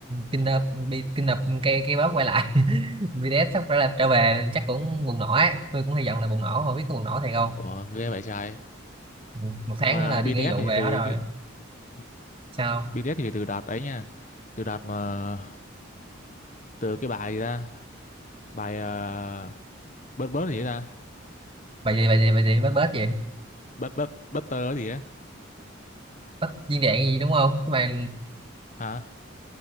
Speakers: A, on the right; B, on the left.
A: kinh nập bi- kinh nập cây cây bóp quay lại <laughs> BTS sắp trở lại trở về chắc cũng bùng nổ ấy tôi cũng hy vọng là bùng nổ không biết có bùng nổ thiệt không
B: Ủa, ghê vậy trời.
A: Ừ, một tháng
B: Mà
A: nữa là đi
B: BTS
A: nghĩa vụ
B: thì
A: về
B: từ
A: hết rồi
B: cái ừ,
A: sao không?
B: BTS thì từ đợt ấy nha. Từ đợt mà từ cái bài gì ta? Bài uh, bớt bớt gì ấy ta?
A: bài gì bài gì bài gì bết bết gì
B: Bớt bớt butter gì á?
A: bết viên đạn gì đúng không cái bài
B: Hả?